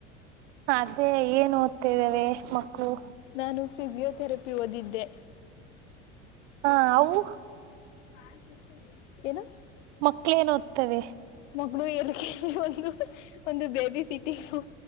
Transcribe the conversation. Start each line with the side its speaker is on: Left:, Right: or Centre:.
Right: ಅದೇ ಏನ್ ಓದ್ತಿದ್ದವೆ ಮಕ್ಕಳು.
Left: ನಾನು ಫಿಸಿಯೋಥೆರಪಿ ಓದಿದ್ದೆ.
Right: ಹಾ ಅವು.
Left: <inaudible> ಏನು.
Right: ಮಕ್ಳೇನ ಓದ್ತವೆ.
Left: ಮಗಳು ಎಲ್ ಕೆ ಜಿ ಒಂದು ಒಂದು ಬೇಬಿ ಸಿಟಿಂಗು